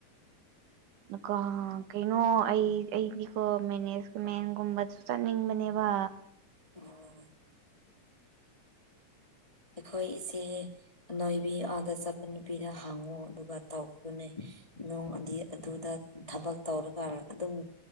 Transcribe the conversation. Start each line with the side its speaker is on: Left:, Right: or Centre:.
Right: ꯀꯣ ꯀꯩꯅꯣ ꯑꯩ ꯑꯩꯗꯤꯀꯣ ꯃꯦꯅꯦꯖꯃꯦꯟꯒꯨꯝꯕꯁꯨ ꯆꯠꯅꯤꯡꯕꯅꯦꯕ
Left: ꯑꯣ ꯑꯩꯈꯣꯏ ꯏꯆꯦ ꯅꯅꯣꯏꯕꯤ ꯑꯥꯗ ꯆꯠꯄ ꯅꯨꯄꯤꯗ ꯍꯥꯡꯉꯨ ꯑꯗꯨꯒ ꯇꯧꯈꯅꯦ ꯅꯣꯡ ꯑꯗꯤ ꯑꯗꯨꯗ ꯊꯕꯛ ꯇꯧꯔꯒ ꯑꯗꯨꯝ